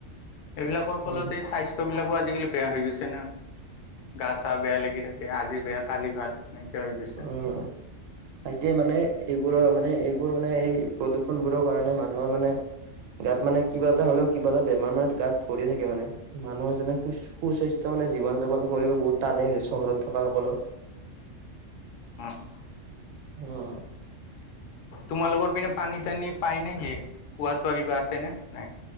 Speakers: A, on the left; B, on the right.
A: এইবিলাকৰ ফলতে
B: উম
A: স্বাস্থ্য বিলাকো আজি আজিকালি বেয়া হৈ গৈছে না। গা চা বেয়া লাগি থাকে আজি বেয়া কালি ভাল। এনেকুৱা হৈ গৈছে
B: উম তাকে মানে এইবোৰৰ মানে এইবোৰ মানে এই প্ৰদূষণবোৰৰ কাৰণে মানুহৰ মানে গাত মানে কিবা এটা হ'লেও কিবা এটা বেমাৰ মানে গাত ধৰি থাকে মানে মানুহ এজনে সু-সু স্বাস্থ্য মানে জীৱন যাপন কৰিব বহুত টানেই হৈছে চহৰত থকা সকলৰ।
A: <inaudible> উম।
B: উম।
A: তোমালোকৰ পিনে পানী চানী পাই নেকি? কোৱা চোৱা কিবা আছে নে নাই?